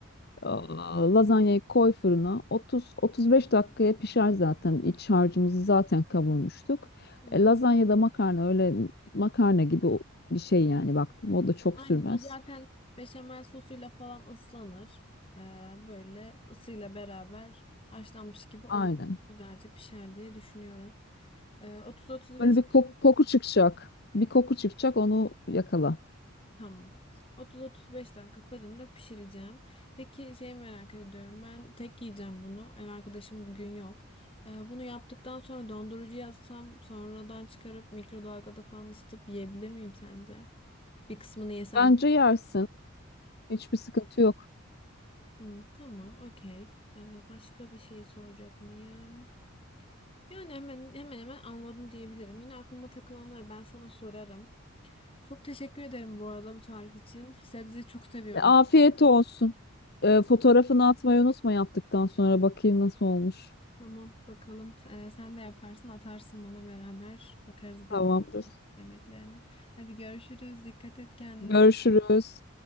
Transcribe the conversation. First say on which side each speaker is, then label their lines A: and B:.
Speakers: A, on the left; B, on the left.
A: Aa, Lazanyayı koy fırına. 30-35 dakikaya pişer zaten. İç harcımızı zaten kavurmuştuk.
B: Hı hı.
A: E, lazanya da makarna öyle makarna gibi o- bir şey yani baktım. O da çok
B: Aynen
A: sürmez.
B: o zaten beşamel sosuyla falan ıslanır. E, böyle ısıyla beraber haşlanmış gibi olur.
A: Aynen.
B: Güzelce pişer diye düşünüyorum. E, 30-35
A: Böyle bir kok- koku çıkacak. Bir koku çıkacak onu yakala.
B: Tamam. 30-35 dakika fırında pişireceğim. Peki şey merak ediyorum. Ben tek yiyeceğim bunu. Ev arkadaşım bugün yok. Ee, bunu yaptıktan sonra dondurucuya atsam sonradan çıkarıp mikrodalgada falan ısıtıp yiyebilir miyim sence? Bir kısmını yesem.
A: Bence yersin. Hiçbir sıkıntı yok.
B: Hı, tamam, okey. Ee, başka bir şey soracak mıyım? Yani hemen hemen hemen anladım diyebilirim. Yine aklıma takılanları ben sana sorarım. Çok teşekkür ederim bu arada bu tarif için. Sebzeyi çok seviyorum.
A: E, afiyet olsun. E, fotoğrafını atmayı unutma yaptıktan sonra bakayım nasıl olmuş.
B: Tamam bakalım. Ee, sen de yaparsın, atarsın bana beraber. Bakarız birbirine
A: Tamamdır.
B: yemeklerine. Hadi görüşürüz. Dikkat et kendine.
A: Görüşürüz.